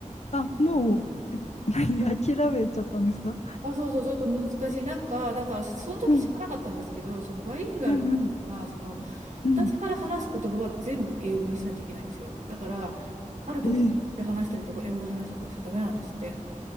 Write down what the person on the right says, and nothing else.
あ、そうそう、ちょっと難しい。なんか、だからその時知らなかったんですけど、
そのバイリンガルは、
その、
私から話す言葉は全部英語にしないといけないんですよ。だから、ある時で話したりとか、
英語で話したりとかしちゃダメなんですって。